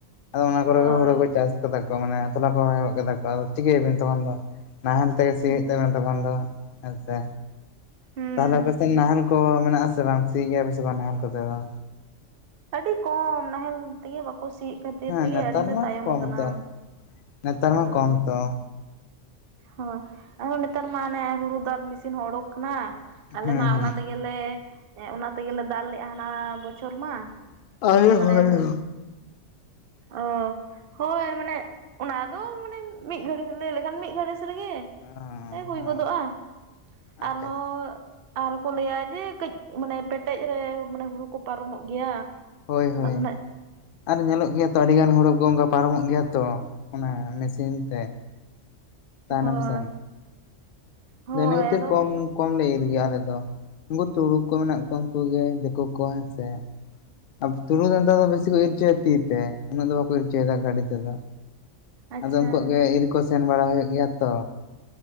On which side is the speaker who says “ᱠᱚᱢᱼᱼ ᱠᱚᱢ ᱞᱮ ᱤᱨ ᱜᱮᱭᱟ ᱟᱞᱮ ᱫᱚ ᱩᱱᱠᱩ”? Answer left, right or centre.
Left